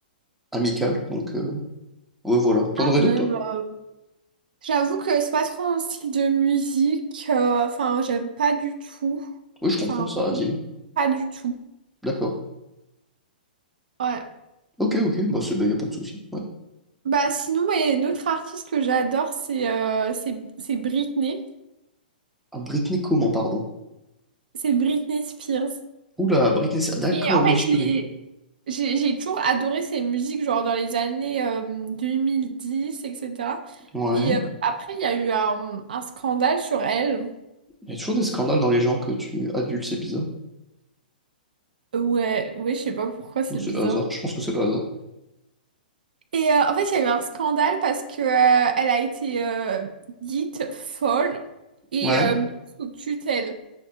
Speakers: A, in the centre; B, on the right.
A: amical. Donc, euh, ouais, voilà. T'en
B: Ah
A: aurais
B: ouais,
A: d'autres,
B: bah.
A: toi?
B: J'avoue que c'est pas trop un style de musique, euh, enfin j'aime pas du tout.
A: Oui, je comprends,
B: Enfin
A: ça a vieilli.
B: pas du tout.
A: D'accord.
B: Ouais.
A: Ok, ok, bah, c'est, bah, y a pas de souci. Ouais.
B: Bah sinon, et une autre artiste que j'adore, c'est euh, c'est c'est Britney.
A: Ah, Britney comment, pardon?
B: C'est Britney Spears.
A: Oula, Britney, d'accord,
B: Et en
A: oui,
B: fait,
A: je
B: je
A: connais.
B: l'ai- j'ai j'ai toujours adoré ses musiques, genre dans les années euh, 2010, etc. Et cetera.
A: Ouais.
B: Et euh, après, il y a eu un, un scandale sur elle.
A: Il y a toujours des scandales dans les gens que tu adules, c'est bizarre.
B: Ouais, ouais, je sais pas pourquoi, c'est
A: Ou c'est
B: bizarre.
A: le hasard. Je pense que c'est le hasard.
B: Et euh, en fait, il y a eu un scandale parce que euh, elle a été euh, dite folle et
A: Ouais,
B: euh, mise sous tutelle.